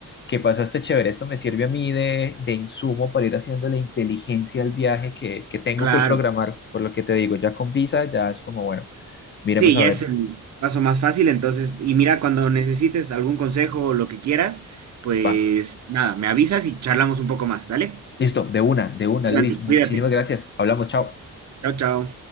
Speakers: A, on the left; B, on the right.
A: que pasaste chévere. Esto me sirve a mí de, de insumo para ir haciendo la inteligencia al viaje que, que tengo
B: Claro.
A: que programar, por lo que te digo, ya con visa, ya es como, bueno, miremos
B: Sí,
A: a
B: ya
A: ver.
B: es el paso más fácil, entonces, y mira, cuando necesites algún consejo o lo que quieras, pues
A: Va.
B: nada, me avisas y charlamos un poco más, ¿dale?
A: Listo, de una, de una,
B: Pues,
A: Luis.
B: Santi,
A: Muchísimas
B: cuídate.
A: gracias. Hablamos, chao.
B: Chao, chao.